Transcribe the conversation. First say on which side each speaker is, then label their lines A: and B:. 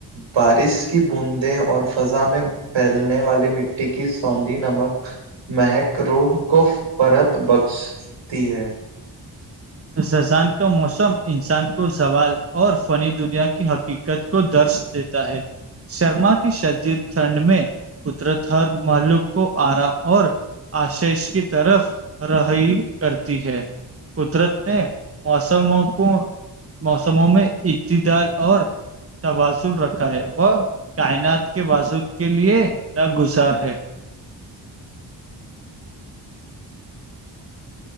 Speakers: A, on the right; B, on the right.
A: بارش کی بوندیں اور فضا میں پھیلنے والی مٹی کی سوندھی نمک مہک روح کو فرحت بخشتی ہے
B: ززان کا موسم انسان کو زوال اور فنی دنیا کی حقیق ت کو درش دیتا ہے شرما کی شدید ٹھنڈ میں قدرت ہر ملق کو آرا اور آشیش کی طرف رہی کرتی ہے قدرت نے موسموں کو موسموں میں اتی دال اور توازن رکھا ہے وہ کائنات کے وضود کے لیے ناگزار ہے